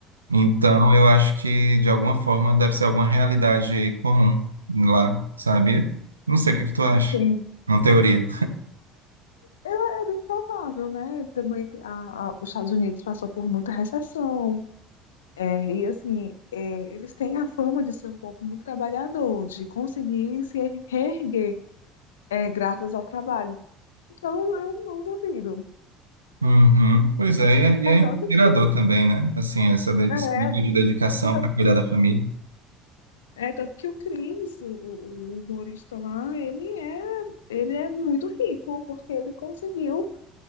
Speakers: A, on the right (about 85°); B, on the left (about 75°).
A: Então, eu acho que de alguma forma deve ser alguma realidade comum lá, sabia? Não sei o que que tu acha.
B: Sim.
A: Uma teoria.
B: Eu, é bem provável, né? Também te- a- a- os Estados Unidos passou por muita recessão. É, e assim, é, eles têm a fama de ser um povo muito trabalhador, de conseguir se er- reerguer. É graças ao trabalho. Então eu não duvido.
A: Uhum. Pois é, e é, e
B: É
A: é
B: tanto
A: inspirador
B: que,
A: também, né? Assim, essa de-
B: é,
A: esse nível de dedicação
B: é tanto
A: para cuidar
B: que,
A: da família.
B: é tanto que o Chris, o, o- o humorista lá, ele é, ele é muito rico, porque ele conseguiu